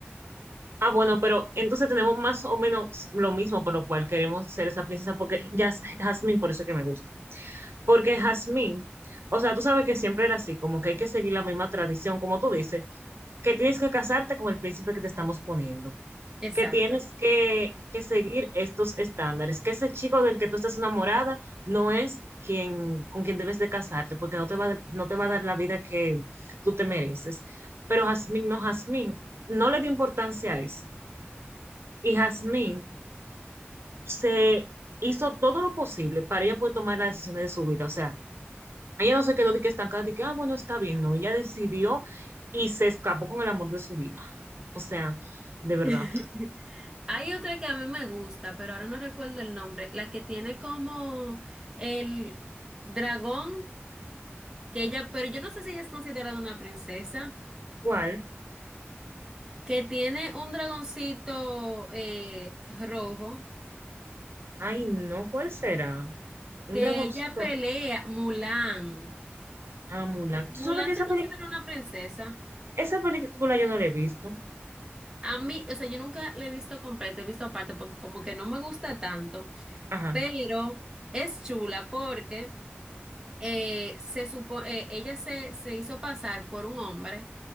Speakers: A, on the right; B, on the right.
A: Ah, bueno, pero entonces tenemos más o menos lo mismo por lo cual queremos ser esa princesa, porque ya es Jasmine, por eso que me gusta. Porque Jazmín, o sea, tú sabes que siempre era así, como que hay que seguir la misma tradición, como tú dices, que tienes que casarte con el príncipe que te estamos poniendo,
B: Exacto.
A: que tienes que, que seguir estos estándares, que ese chico del que tú estás enamorada no es quien, con quien debes de casarte, porque no te va, a dar- no te va a dar la vida que tú te mereces. Pero Jazmín no, Jazmín no le dio importancia a eso. Y Jazmín se hizo todo lo posible para ella poder tomar las decisiones de su vida, o sea ella no se quedó de que estancada, de que, ah, bueno, está bien, no. Ella decidió y se escapó con el amor de su vida. O sea, de verdad.
B: <laughs> Hay otra que a mí me gusta, pero ahora no recuerdo el nombre, la que tiene como el dragón, que ella, pero yo no sé si ella es considerada una princesa,
A: ¿Cuál?
B: que tiene un dragoncito eh, rojo,
A: Ay, no, ¿cuál será? Un
B: que
A: dragoncito.
B: ella pelea,
A: ro-
B: Mulan.
A: Ah, Mulan.
B: Mu- Mulan
A: ¿Tú sabes que esa
B: se
A: peli-
B: considera una princesa.
A: esa película yo no la he visto?
B: A mí, o sea, yo nunca la he visto completa, he visto aparte, porque como que no me gusta tanto,
A: Ajá.
B: pero es chula porque... eh, se supo, eh, ella se, se hizo pasar por un hombre